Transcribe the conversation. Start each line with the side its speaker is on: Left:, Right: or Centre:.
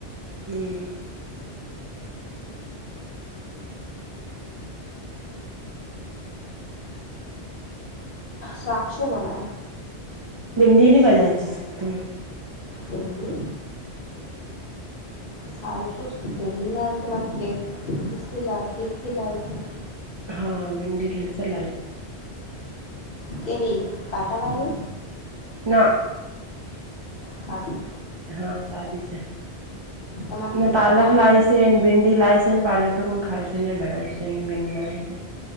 Right: હમ
Left: સાક્ષક્ષો બણો
Right: ભિંડી ની બનાય છે જત
Left: હન્ડી
Right: હમ
Left: સારું શું પેલી ના તમારે ખેત ખેતથી લાય ત
Right: હા ભિંડી ઘ ચલા તો.
Left: કેવી કાટાવાળ
Right: ના
Left: સાજું
Right: હા સાદી છે
Left: તમારા ખેત
Right: પાલક
Left: પર લાગશે
Right: લાય છે ભિંડી લાવ. પાલક તો કોણ ખાય છે ને બણાય છે ને ભિંદ બણાય છે.